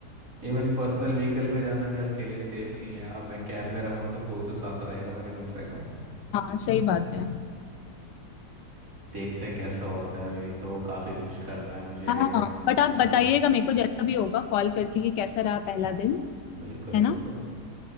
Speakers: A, on the right (about 55°); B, on the left (about 85°).
A: इवन पर्सनल व्हीकल पे जाना भी अकेले सेफ नहीं है अब मैं कैब में रहूंगा तो कोई तो साथ रहेगा मेरे कम से कम
B: हाँ सही बात है
A: देखते हैं कैसा होता है अभी तो काफ़ी कुछ करना है मुझे
B: हाँ बट आप
A: ना
B: बताइएगा मेरे को जैसा भी होगा कॉल करके कि कैसा रहा पहला दिन
A: बिल्कुल
B: है ना
A: बिल्कुल